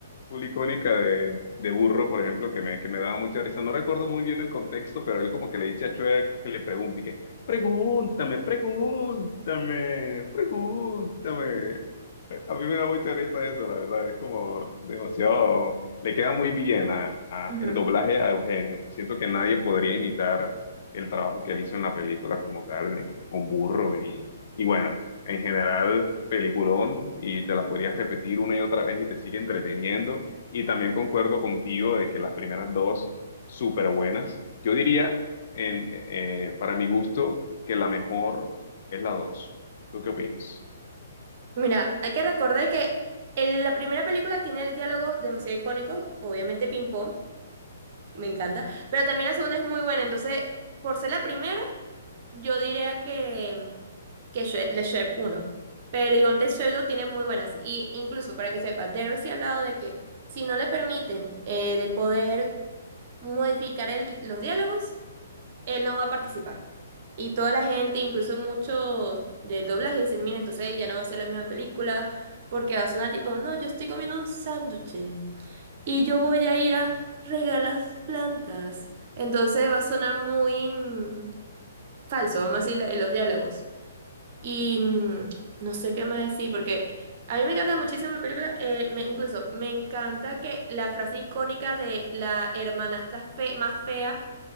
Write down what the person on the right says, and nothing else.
Ujú.
Mira, hay que recordar que en la primera película tiene diálogos demasiado icónicos, obviamente ping Me encanta. Pero también la segunda es muy buena. Entonces, por ser la primera, yo diría que, que Shre- Le Chef uno. Pero igual antes Shrek 2 tiene muy buenas. Y incluso, para que sepas, Derbez sí ha hablado de que si no le permiten eh, de poder modificar el- los diálogos, él no va a participar. Y toda la gente, incluso muchos del doblaje, dicen, mira, entonces ya no va a ser la misma película, porque va a sonar tipo, no, yo estoy comiendo un sándwich y yo voy a ir a regalas plantas. Entonces va a sonar muy mm, falso, vamos a decir, la- los diálogos. Y mm, no sé qué más decir, porque a mí me encanta muchísimo la película, eh, me, incluso me encanta que la frase icónica de la hermanastra fe, más fea,